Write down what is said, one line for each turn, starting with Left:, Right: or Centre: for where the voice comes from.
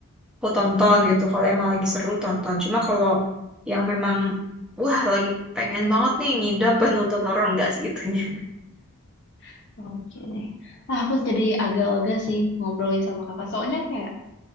Centre: aku tonton gitu. Kalau emang lagi seru tonton. Cuma kalau yang memang wah lagi pengen banget nih ngidam <laughs> pengen nonton horor nggak segitunya.
Left: <laughs> oke deh. Ah, aku jadi agak lega sih ngobrolin sama Kakak. Soalnya kayak